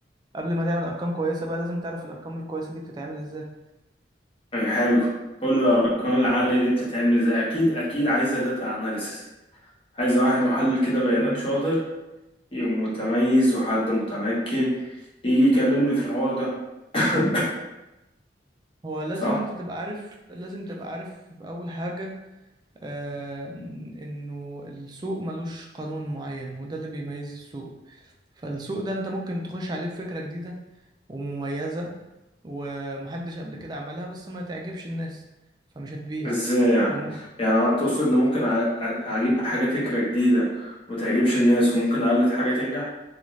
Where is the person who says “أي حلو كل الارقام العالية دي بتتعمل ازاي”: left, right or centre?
Left